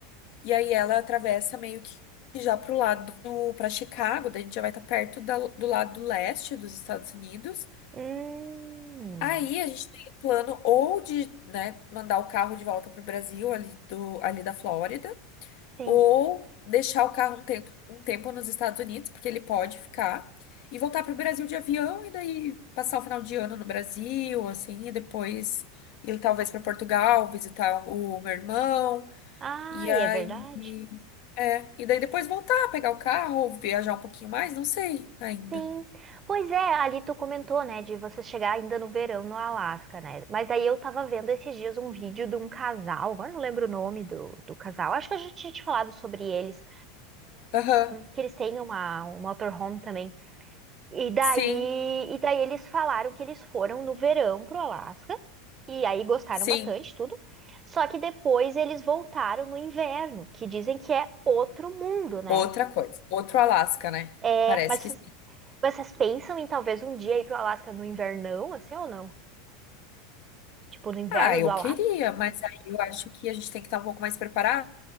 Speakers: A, on the left; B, on the right.
A: E aí ela atravessa meio que já pro lado do, para Chicago. Daí a gente já vai estar perto da- do lado leste dos Estados Unidos.
B: Hum,
A: Aí a gente tem o plano ou de, né, mandar o carro de volta pro Brasil, ali, do, ali da Flórida.
B: sim.
A: ou deixar o carro um tempo, um tempo nos Estados Unidos, porque ele pode ficar, e voltar para o Brasil de avião e daí passar o final de ano no Brasil, assim, e depois ir talvez para Portugal, visitar o meu irmão,
B: Ah,
A: e aí.
B: é verdade?
A: É, e daí depois voltar, pegar o carro, ou viajar um pouquinho mais, não sei ainda.
B: Sim. Pois é, ali tu comentou, né, de você chegar ainda no verão no Alasca, né? Mas aí eu tava vendo esses dias um vídeo de um casal, agora não lembro o nome do, do casal, acho que eu já tinha te falado sobre eles,
A: Aham,
B: que eles têm uma, um motorhome também. E daí,
A: Sim,
B: e daí eles falaram que eles foram no verão pro Alasca, e aí gostaram
A: sim.
B: bastante, tudo. Só que depois eles voltaram no inverno, que dizem que é outro mundo, né?
A: Outra coisa, outro Alasca, né?
B: É,
A: Parece
B: mas
A: que sim.
B: Vocês pensam em talvez um dia ir pro Alasca no invernão, assim ou não? Tipo, no inverno
A: Ah, eu
B: do Alasca?
A: queria, mas aí eu acho que a gente tem que estar um pouco mais preparado,